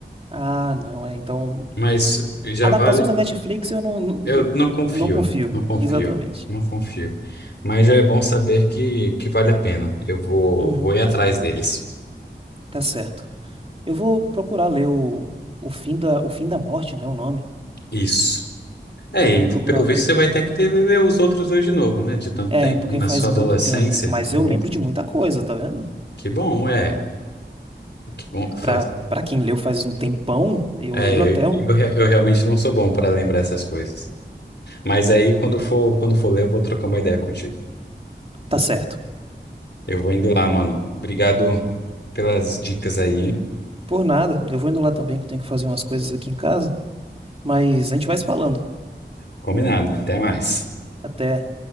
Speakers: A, on the right; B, on the left.
A: Ah, não, é então.
B: Mas já
A: Adaptações
B: vale.
A: da Netflix eu não, não,
B: Eu
A: <laughs>
B: não confio,
A: não confio.
B: não confio,
A: Exatamente.
B: não confio. Mas já é bom saber que, que vale a pena. Eu vou,
A: Uhum,
B: vou ir atrás deles.
A: tá certo. Eu vou procurar ler o, o Fim da, o Fim da Morte, né? O nome.
B: Isso. É,
A: Eu
B: e
A: vou procurar
B: pelo
A: ler.
B: visto você vai ter que ter, ler os outros dois de novo, né? De tanto
A: É,
B: tempo,
A: porque
B: na
A: faz
B: sua
A: muito
B: adolescência.
A: tempo. Mas
B: né, é
A: eu
B: Muito...
A: lembro de muita coisa, tá vendo?
B: Que bom, é. Que bom, faz...
A: Pra, pra quem leu faz um tempão, eu
B: É,
A: lembro até.
B: eu,
A: um-
B: eu re- eu realmente não sou bom para lembrar essas coisas. Mas aí, quando for, quando for ler, eu vou trocar uma ideia contigo.
A: Tá certo.
B: Eu vou indo lá, mano. Obrigado pelas dicas aí, hein?
A: Por nada. Eu vou indo lá também, que eu tenho que fazer umas coisas aqui em casa. Mas a gente vai se falando.
B: Combinado. Até mais.
A: Até.